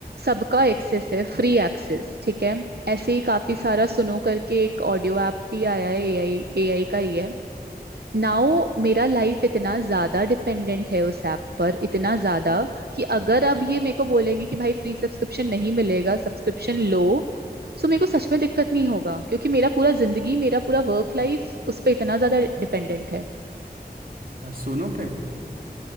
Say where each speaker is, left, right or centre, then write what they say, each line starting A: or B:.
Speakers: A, on the right; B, on the right.
A: सबका एक्सेस है फ्री एक्सेस ठीक है ऐसे ही काफी सारा सुनो करके एक ऑडियो ऐप भी आया है एआई एआई का ही है नाउ मेरा लाइफ इतना ज्यादा डिपेंडेंट है उस ऐप पर इतना ज्यादा कि अगर अब ये मेरे को बोलेंगे कि भाई फ्री सब्सक्रिप्शन नहीं मिलेगा सब्सक्रिप्शन लो सो मेरे को सच में दिक्कत नहीं होगा क्योंकि मेरा पूरा जिंदगी मेरा पूरा वर्क लाइफ उस पे इतना ज्यादा डिपेंडेंट है
B: आ, सोनू पे